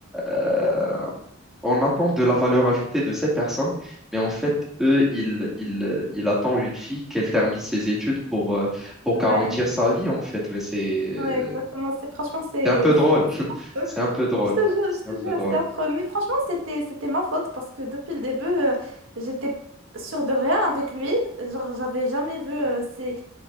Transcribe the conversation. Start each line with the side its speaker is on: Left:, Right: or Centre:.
Centre: euh, on attend de la valeur ajoutée de ces personnes, mais en fait, eux, ils, ils, euh, ils attendent une fille qu'elle termine ses études pour, euh, pour
Right: Ouais.
Centre: garantir sa vie, en fait. Mais c'est euh,
Right: Ouais, exactement. C'est franchement, c'est
Centre: c'est un peu drôle.
Right: c'est
Centre: <laughs>
Right: affreux.
Centre: C'est un peu drôle.
Right: Je te jure,
Centre: C'est
Right: je te
Centre: un peu
Right: jure,
Centre: drôle.
Right: c'est affreux. Mais franchement, c'était c'était ma faute parce que depuis le début, euh, j'étais sûre de rien avec lui. Genre, j'avais jamais vu euh, ces,